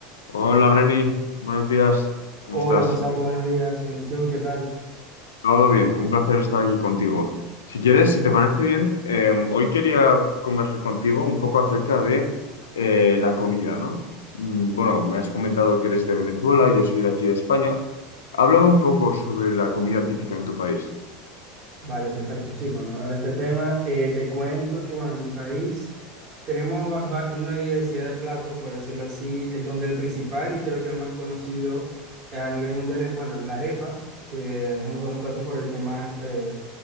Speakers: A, on the left (about 75°); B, on the right (about 40°).
A: Hola Reni, buenos días, ¿cómo
B: Hola
A: estás?
B: Gonzalo, buenos días. Bien, ¿y tú qué tal?
A: Todo bien, un placer estar aquí contigo. Si quieres, si te parece bien, eh, hoy quería conversar contigo un poco acerca de eh, la comida, ¿no? Mm, Bueno, me has comentado que eres de Venezuela, yo soy de aquí de España. Háblame un poco sobre la comida típica en tu país.
B: Vale, perfecto. Sí, podemos hablar de este tema. Eh, te cuento que, bueno, en mi país tenemos va- va- una diversidad de platos, por decirlo así, eh, donde el principal y creo que el más conocido eh, a nivel mundial es, bueno, la arepa, que es uno de los platos por el que más, eh,